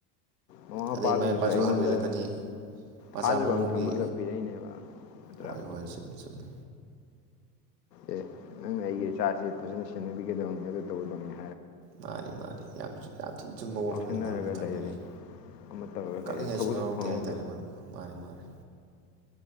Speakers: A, on the left; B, on the right.
A: ꯃꯃꯥ ꯃꯄꯥꯗꯨꯅꯁꯨ
B: ꯑꯗꯩ ꯏꯃꯥ ꯏꯄꯥꯁꯨ
A: ꯑꯩꯉꯣꯟꯗ
B: ꯑꯍꯜ ꯑꯣꯏꯜꯂꯛꯀꯅꯤ ꯃꯆꯥ
A: ꯊꯥꯖꯕ
B: ꯃꯃꯧꯒꯤ
A: ꯑꯃ ꯊꯝꯃꯒ ꯄꯤꯔꯛꯏꯅꯦꯕ ꯑꯗꯨꯠꯇ꯭ꯔꯥ
B: ꯍꯣꯏ ꯍꯣꯏ ꯆꯨꯝꯃꯤ ꯆꯨꯝꯃꯤ
A: ꯑꯦ ꯅꯪꯅ ꯑꯩꯒꯤ ꯏꯆꯥꯁꯤ ꯐꯖꯅ ꯁꯦꯟꯅꯕꯤꯒꯗꯕꯅꯤ ꯑꯗꯨ ꯇꯧꯒꯗꯕꯅꯦ
B: ꯃꯥꯅꯤ ꯃꯥꯅꯤ ꯌꯥꯝ ꯌꯥꯝ ꯊꯤꯤꯟ ꯆꯨꯝꯕ ꯋꯥꯐꯝꯅꯤ
A: ꯉꯥꯎꯁꯤꯟꯅꯔꯒ
B: ꯃꯔꯨꯞꯅ ꯊꯝꯕꯤꯔꯤꯁꯤ
A: ꯂꯩꯔꯦ ꯑꯃ ꯇꯧꯔꯒ
B: ꯀꯛꯅꯤꯡꯉꯥꯏ
A: ꯂꯩꯔꯦ ꯊꯕꯛꯁꯨ
B: ꯁꯨꯡ ꯂꯔꯥꯎꯇꯦ
A: ꯐꯪꯍꯧꯗꯦ
B: ꯍꯥꯏ ꯇꯇꯥꯔꯦ ꯃꯔꯨꯞ ꯃꯥꯅꯤ ꯃꯥꯅꯤ